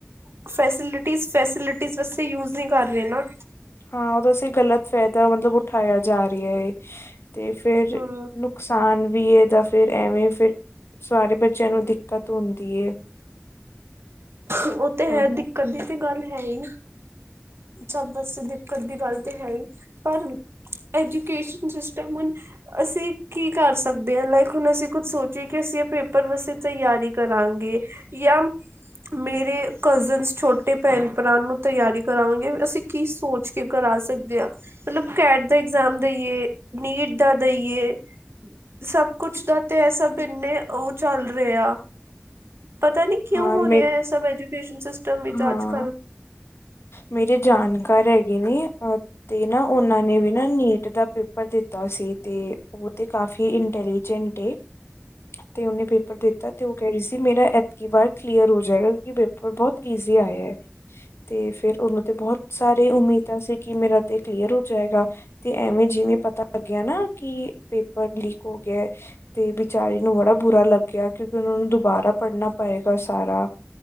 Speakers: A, on the right; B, on the left.
A: ਫੈਸਿਲਿਟੀ ਫੈਸਿਲਿਟੀ ਵਸਤੇ ਯੂਜ ਨਹੀਂ ਕਰ ਰਹੇ ਨਾ।
B: ਹਾਂ, ਬਸ ਇਹ ਗ਼ਲਤ ਫਾਇਦਾ ਮਤਲਬ ਉਠਾਇਆ ਜਾ ਰਿਹਾ ਏ। ਤੇ ਫਿਰ
A: ਹਮ
B: ਨੁਕਸਾਨ ਵੀ ਇਹਦਾ ਫਿਰ ਐਵੇਂ ਫਿਰ ਸਾਰੇ ਬੱਚਿਆਂ ਨੂੰ ਦਿੱਕਤ ਹੁੰਦੀ ਏ।
A: ਉਹ ਤੇ
B: ਉਹਦਾ
A: ਹੈ ਦਿੱਕਤ ਦੀ ਤੇ ਗੱਲ ਹੈ ਈ। ਸਭ ਬਸ ਦਿੱਕਤ ਦੀ ਗੱਲ ਤੇ ਹੈ ਹੀ ਪਰ ਐਜੂਕੇਸ਼ਨ ਸਿਸਟਮ ਹੁਣ ਅਸੀਂ ਕੀ ਕਰ ਸਕਦੇ ਹਾਂ ਲਾਈਕ ਹੁਣ ਅਸੀਂ ਕੁੱਝ ਸੋਚੀਏ ਕਿ ਅਸੀਂ ਇਹ ਪੇਪਰ ਵਾਸਤੇ ਤਿਆਰੀ ਕਰਾਂਗੇ। ਜਾਂ ਮੇਰੇ ਕਜ਼ਨਸ ਛੋਟੇ ਭੈਣ ਭਰਾ ਨੂੰ ਤਿਆਰੀ। ਕਰਾਵਾਂਗੇ ਅਸੀਂ ਕੀ ਸੋਚ ਕੇ ਕਰਾ ਸਕਦੇ ਆ। ਮਤਲਬ ਕੈਟ ਦਾ ਇਗਜ਼ਾਮ ਦੇਈਏ ਨੀਟ ਦਾ ਦੇਈਏ। ਸਭ ਕੁਛ ਦਾ ਤੇ ਐਸਭ ਇੰਨੇ ਉਹ ਚੱਲ ਰਿਹੇ ਆ, ਪਤਾ ਨੀ। ਕਿਉਂ
B: ਹਾਂ
A: ਹੋ
B: ਮੇ
A: ਰਿਹਾ ਇਹ ਸਭ ਐਜੂਕੇਸ਼ਨ ਸਿਸਟਮ ਵਿੱਚ
B: ਹਾਂ
A: ਅੱਜ ਕੱਲ।
B: ਮੇਰੇ ਜਾਣਕਾਰ ਹੈਗੇ ਨੇ ਤੇ ਨਾ, ਉਹਨਾਂ ਨੇ ਵੀ ਨਾ ਨੀਟ। ਜਿੱਦਾਂ ਪੇਪਰ ਦਿੱਤਾ ਸੀ ਤੇ ਉਹ ਤੇ ਕਾਫੀ ਇਟੈਲੀਜੈਂਟ ਏ। ਤੇ ਉਹਨੇ ਪੇਪਰ ਦਿੱਤਾ। ਤੇ ਉਹ ਕਹਿ ਰਹੀ ਸੀ ਮੇਰਾ ਐਤਕੀ ਵਾਰ ਕਲੀਅਰ ਹੋ ਜਾਏਗਾ, ਕਿਉਂਕਿ ਪੇਪਰ ਬਹੁਤ ਈਜ਼ੀ ਆਇਆ। ਤੇ ਫਿਰ ਉਹਨੂੰ ਤੇ ਬਹੁਤ ਸਾਰੇ ਉਮੀਦਾਂ ਸੀ ਕਿ ਮੇਰਾ ਤੇ ਕਲੀਅਰ ਹੋ ਜਾਏਗਾ ਤੇ ਐਵੇਂ ਜਿਵੇਂ ਪਤਾ ਲੱਗਿਆ ਨਾ ਕਿ ਪੇਪਰ ਲੀਕ ਹੋ ਗਿਆ। ਤੇ ਵਿਚਾਰੀ ਨੂੰ ਬੜਾ ਬੁਰਾ ਲੱਗਿਆ ਕਿਉਂਕਿ ਉਹਨਾਂ ਨੂੰ ਦੁਬਾਰਾ ਪੜ੍ਹਨਾ ਪਏਗਾ ਸਾਰਾ।